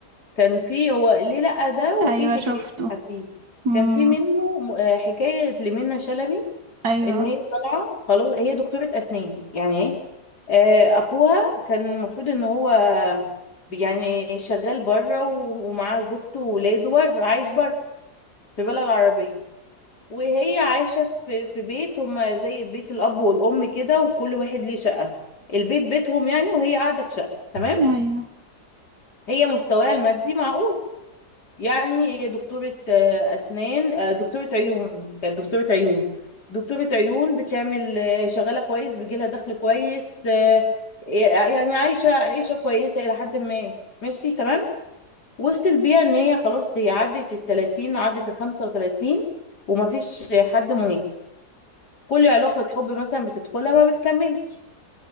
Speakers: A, on the left; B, on the right.
A: كان فيه هو ليه لا ده وفي
B: أيوة
A: حكايات
B: شفته
A: فيه
B: مم.
A: كان في منه م- آه، حكايه لمنى شلبي
B: أيوة
A: ان هي طالعه خلاص هي دكتوره اسنان يعني ايه آه، اخوها كان المفروض ان هو يعني شغال بره ومعاه زوجته وولاده بره عايش بره في بلد عربية وهي عايشة في في بيت هما زي بيت الأب والأم كده وكل واحد ليه شقة البيت بيتهم يعني وهي قاعدة في شقة تمام
B: أيوة
A: هي مستواها المادي معقول يعني هي دكتورة آه، أسنان آه، دكتورة عيون كانت دكتورة عيون دكتورة عيون بتعمل آه، شغالة كويس بيجيلها دخل كويس آه، آه، يعني عايشة عيشة كويسة إلى حد ما ماشي تمام وصل بيها إن هي خلاص هي عدت التلاتين عدت الخمسة وتلاتين ومفيش حد مناسب كل علاقة حب مثلا بتدخلها ما بتكملش